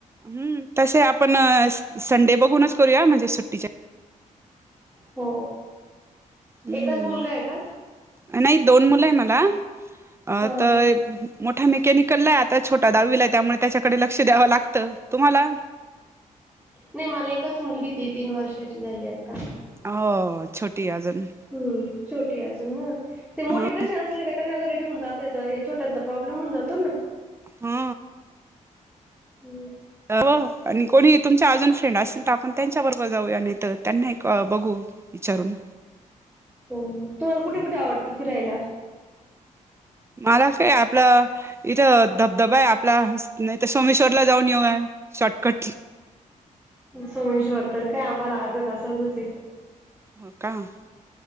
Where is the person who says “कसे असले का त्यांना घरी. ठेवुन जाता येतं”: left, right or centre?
Centre